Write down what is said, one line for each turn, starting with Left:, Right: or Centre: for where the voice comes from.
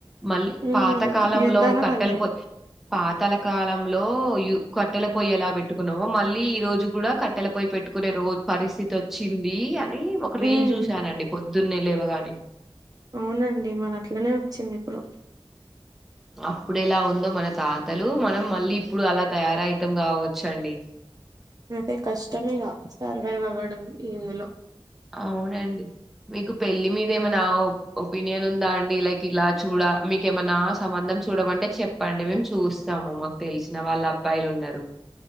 Centre: మళ్ళీ
Right: ఉమ్
Centre: పాత కాలంలో
Right: యుద్ధాల
Centre: కట్టెల
Right: వల్లే
Centre: పోయి పాతాల కాలంలో కట్టెల పొయ్యి ఎలా పెట్టుకున్నామో మళ్ళీ ఈ రోజు కూడా కట్టెల పొయ పెట్టుకు కునే రోజు పరిస్థితి వచ్చింది అని ఒక రీల్
Right: ఉమ్
Centre: చూసానండి పొద్దున్నే లేవగాని
Right: అవునండి మరి అట్లనే వచ్చింది ఇప్పుడు
Centre: అప్పుడ ఎలా ఉందో మన తాతలు మనం మళ్ళీ ఇప్పుడు అలా తయారవుతాం కావచ్చ అండి <unintelligible>
Right: అయితే కష్టం ఇగ సర్వైవ్ అవ్వడం ఇందులో
Centre: అవునండి మీకు పెళ్ళి మీద ఏమైనా ఒపీనియన్ ఉందా అండి లైక్ ఇలా చూడ మీకేమైనా సంబంధం చూడమంటే చెప్పండి మేము చూస్తాము మాకు తెలిసిన వాళ్ళ అబ్బాయిలు ఉన్నారు